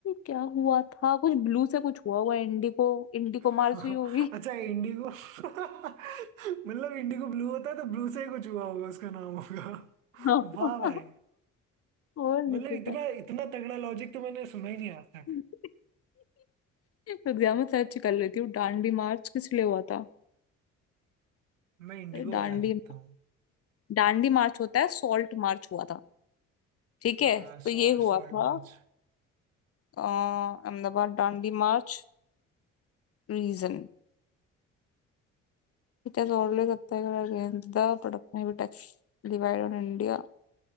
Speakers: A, on the left; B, on the right.
A: क्या हुआ था कुछ ब्लू से कुछ हुआ हुआ इंडिगो इंडिगो
B: <laughs>
A: मार्स ही होगी
B: अच्छा इंडिगो <laughs> मतलब इंडिगो ब्लू होता है तो ब्लू से ही कुछ हुआ होगा उसका नाम होगा <laughs>
A: और
B: वाह भाई
A: नहीं
B: मतलब
A: तो क्या
B: इतना इतना तगड़ा लॉजिक तो मैंने सुना ही नहीं आज तक
A: <laughs> एग्जाम में सर्च कर लेती हूँ डांडी मार्च किस लिए हुआ था
B: मैं इंडिगो
A: डांडी
B: वाला देखता हूँ
A: डांडी मार्च होता है सॉल्ट मार्च हुआ था ठीक है
B: हाँ
A: तो
B: सॉल्ट
A: ये हुआ
B: सॉल्ट
A: था अह, Ahmedabad Dandi march region It has always attacked against the production of tax levied on India